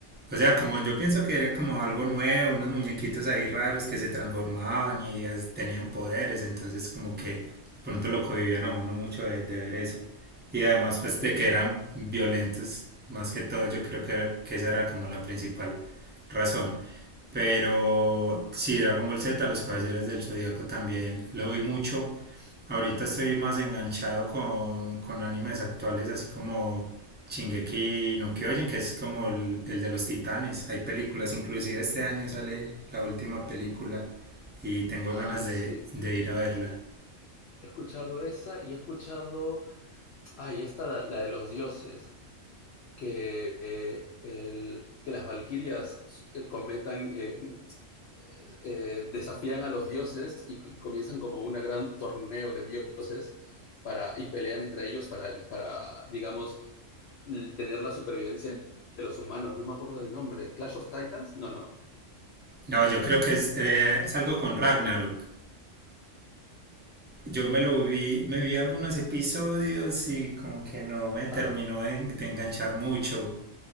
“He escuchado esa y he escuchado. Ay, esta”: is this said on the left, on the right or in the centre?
Left